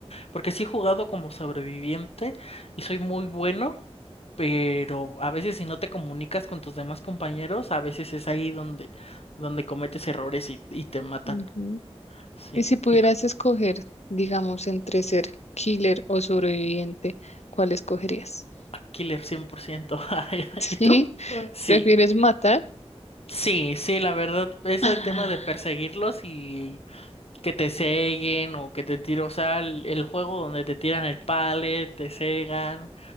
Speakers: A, on the left (about 65°); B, on the left (about 85°).
A: Porque sí he jugado como sobreviviente y soy muy bueno, pero a veces si no te comunicas con tus demás compañeros, a veces es ahí donde, donde cometes errores y, y te matan.
B: Ujú.
A: Sí.
B: Y si pudieras
A: Y, c-
B: escoger, digamos, entre ser killer o sobreviviente, ¿cuál escogerías?
A: Killer 100%. <laughs>
B: Sí,
A: ¿Y tú? Sí,
B: ¿prefieres matar?
A: sí, sí, la verdad, ese
B: Ah,
A: tema de perseguirlos y que te ceguen o que te tiren, o sea, el, el juego donde te tiran el pallet, te cegan,